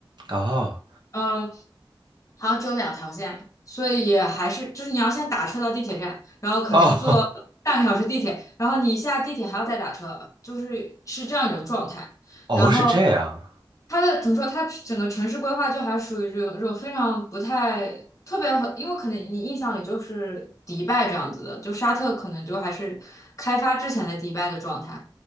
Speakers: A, on the right; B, on the left.
A: 哦。
B: 嗯，好像只有两条线，所以也还是就是你要先打车到地铁站，然后可能坐半个小时地铁，
A: 哦
B: 然后你下地铁还要再打车，就是是这样一种状态。
A: 哦，
B: 然后
A: 是这样。
B: 它的怎么说，它整个城市规划就还属于这种这种非常不太特别和，因为可能你印象里就是迪拜这样子的，就沙特可能就还是开发之前的迪拜的状态。